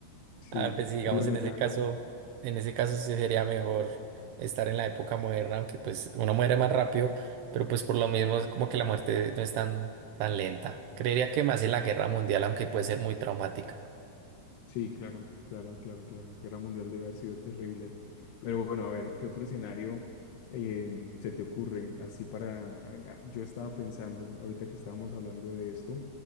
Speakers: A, on the left; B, on the right.
A: Sí,
B: Ah, pues sí, digamos,
A: y bueno,
B: en
A: ya.
B: ese caso, en ese caso sí sería mejor estar en la época moderna, aunque pues uno muere más rápido, pero pues por lo mismo es como que la muerte no es tan, tan lenta. Creería que más en la guerra mundial, aunque puede ser muy traumática.
A: Sí, claro, claro, claro, claro. La guerra mundial debe haber sido terrible. Pero bueno, a ver, ¿qué otro escenario eh, se te ocurre? Así para... ah, Yo estaba pensando, ahorita que estábamos hablando de esto,